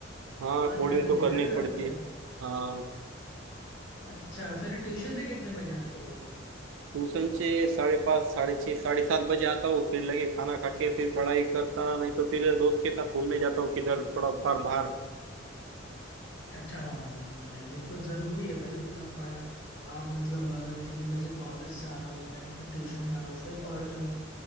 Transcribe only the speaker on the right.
हाँ कोडिंग
तो करनी
पड़ती
है हाँ
ट्यूशन से साढ़े पाँच साढ़े छः साढ़े सात बजे आता हूँ फिर लगे खाना खा के फिर पढ़ाई करता नहीं तो फिर दोस्त के साथ घूमने जाता हूँ किधर थोड़ा फार बाहर